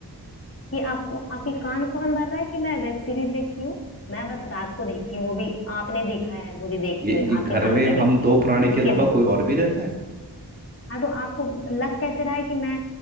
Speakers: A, on the left (about 35°); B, on the right (about 25°).
A: ये आपको आपके कान कौन भर रहा है कि मैं वेब सीरीज देखती हूँ मैं बस रात को देखती हूँ वो भी आपने देखा है मुझे देखती
B: ये
A: हुए
B: ये घर
A: आपके सामने
B: में
A: ही
B: हम
A: देखती
B: दो
A: हूँ
B: प्राणी के
A: उसके
B: अलावा कोई और भी रहता है
A: हाँ तो आपको लग कैसे रहा है कि मैं